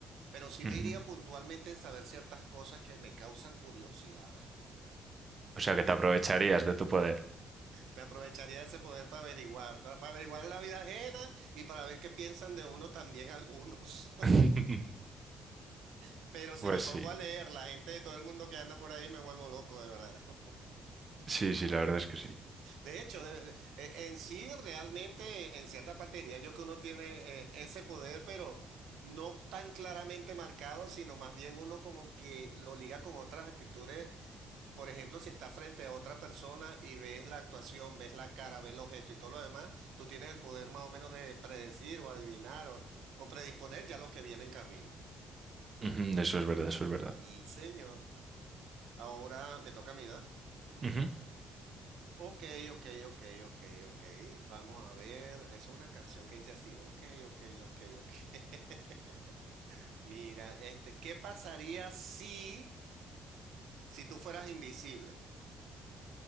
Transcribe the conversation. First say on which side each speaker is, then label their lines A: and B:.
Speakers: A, on the right (about 80°); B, on the right (about 35°).
A: Pero sí
B: Ujú.
A: me iría puntualmente en saber ciertas cosas que me causan curiosidad.
B: O sea, que te aprovecharías de tu poder.
A: Me aprovecharía de ese poder para averiguar, para, para averiguar la vida ajena y para ver qué piensan de uno también algunos.
B: <laughs>
A: <laughs> Pero si
B: Pues
A: me pongo
B: sí,
A: a leer la gente de todo el mundo que anda por ahí, me vuelvo loco, de verdad. <laughs>
B: sí, sí, la verdad es que sí.
A: De hecho, de- de- eh, en sí, realmente, en cierta parte diría yo que uno tiene eh, ese poder, pero no tan claramente marcado, sino más bien uno como que lo liga con otras actitudes Por ejemplo, si estás frente a otra persona y ves la actuación, ves la cara, ves los gestos y todo lo demás, tú tienes el poder más o menos de predecir o adivinar o, o predisponer ya lo que viene en camino.
B: Ujú, Eso es verdad, eso es verdad.
A: Sí, señor. Ahora me toca a mí, ¿verdad?
B: Ujú.
A: Ok, ok, ok, ok, ok. Vamos a ver. Eso es una canción que dice así. Ok, ok, ok, ok. <laughs> Mira, este, ¿qué pasaría si, si tú fueras invisible?